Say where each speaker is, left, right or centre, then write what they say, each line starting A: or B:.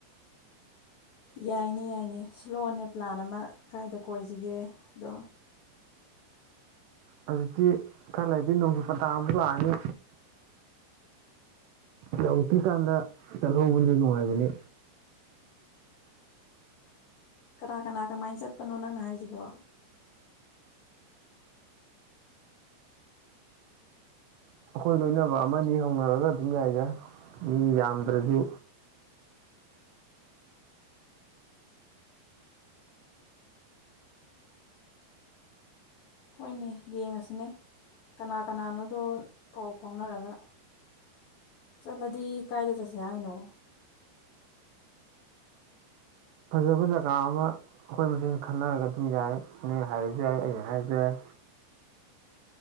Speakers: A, on the left (about 70°); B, on the right (about 80°).
A: ꯌꯥꯏꯅꯦ ꯌꯥꯏꯅꯦ ꯁꯤꯂꯛꯑꯣꯅꯦ ꯄ꯭ꯂꯥꯟ ꯑꯃ ꯀꯥꯏꯗ ꯀꯣꯏꯁꯤꯒꯦ ꯑꯗꯣ
B: ꯍꯧꯖꯤꯛꯇꯤ ꯈꯔ ꯂꯩꯔꯗꯤ ꯅꯣꯡꯖꯨ ꯄꯟꯇꯥꯥ ꯑꯃꯨꯛ ꯂꯥꯛꯑꯅꯤ ꯌꯧꯔꯛꯇ꯭ꯔꯤ ꯀꯥꯟꯗ ꯆꯠꯍꯧꯕꯗꯤ ꯅꯨꯡꯉꯥꯏꯕꯅꯤ
A: ꯀꯅꯥ ꯀꯅꯥ ꯀꯃꯥꯏꯅ ꯆꯠꯄꯅꯣ ꯅꯪꯅ ꯍꯥꯏꯁꯤꯕꯣ
B: ꯑꯩꯈꯣꯏ ꯂꯣꯏꯅꯕ ꯑꯃꯅꯤ ꯍꯧꯅꯔꯒ ꯑꯗꯨꯝ ꯌꯥꯏꯗ ꯃꯤ ꯌꯥꯝꯗ꯭ꯔꯁꯨ
A: ꯍꯣꯏꯅꯦ ꯌꯦꯡꯉꯁꯤꯅꯦ ꯀꯅꯥ ꯀꯅꯥꯅꯣꯗꯣ ꯄꯥꯎ ꯐꯥꯎꯅꯔꯒ ꯆꯠꯂꯗꯤ ꯀꯥꯏꯗ ꯆꯠꯁꯦ ꯍꯥꯏꯅꯣ
B: ꯐꯖꯕ ꯖꯒꯥ ꯑꯃ ꯑꯩꯈꯣꯏ ꯃꯁꯦꯟ ꯈꯟꯅꯔꯒ ꯑꯗꯨꯝ ꯌꯥꯏ ꯅꯣꯏ ꯍꯥꯏꯔꯁꯨ ꯌꯥꯏ ꯑꯩꯅ ꯍꯥꯏꯔꯁꯨ ꯌꯥꯏ